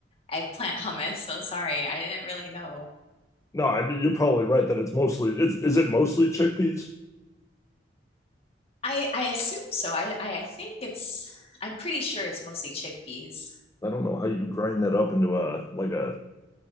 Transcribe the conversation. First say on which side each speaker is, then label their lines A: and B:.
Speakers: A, on the left (about 35°); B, on the left (about 15°).
A: eggplant <laughs> hummus. So sorry, I didn't really know.
B: No, I mean, you're probably right that it's mostly is is it mostly chickpeas?
A: I I assume so. I I I think it's I'm pretty sure it's mostly chickpeas.
B: I don't know how you grind that up into a like a